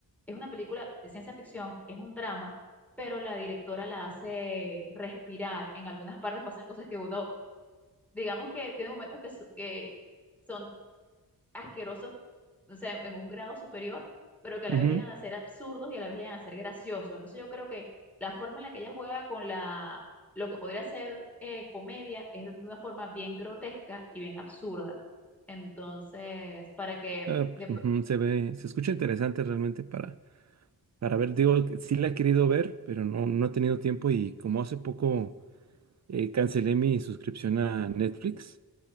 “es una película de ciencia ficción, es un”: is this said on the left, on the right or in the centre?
Centre